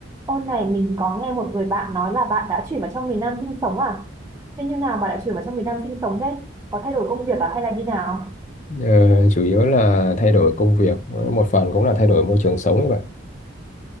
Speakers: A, on the right (about 15°); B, on the left (about 35°).
A: Ô này mình có nghe một người bạn nói là bạn đã chuyển vào trong miền Nam sinh sống à? Thế như nào mà đã chuyển vào trong miền Nam sinh sống thế? Có thay đổi công việc à hay là như nào?
B: Ờ, chủ yếu là thay đổi công việc một phần cũng là thay đổi môi trường sống ấy bạn